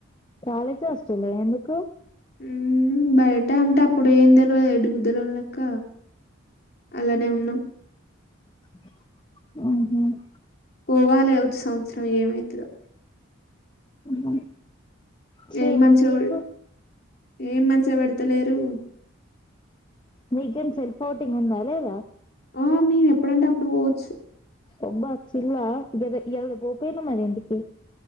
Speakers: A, on the left; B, on the left.
A: కాలేజ్ హాష్టలే ఎందుకు
B: ఉ... బయట అంటే అప్పుడు ఏం తెల్వదు <unintelligible> లెక్క అలానే ఉన్నాం
A: మ్.. హుమ్
B: పోవాలె వచ్చె సంవత్సరం ఏమయితుందో
A: మ్... ఛ్చీ
B: ఏం మంచిగా
A: మరి మీకు
B: పె ఏం మంచిగా పెడతలేరు
A: వీకెండ్ సెల్ఫ ఔటింగ్ ఉందా లేదా
B: ఆ మేము ఎప్పుడంటే అప్పుడు పోవచ్చు
A: ఒబ్బ వొచ్చిల్లా ఇయల ఇయల బో పొయినవ్ మరి ఇం టికి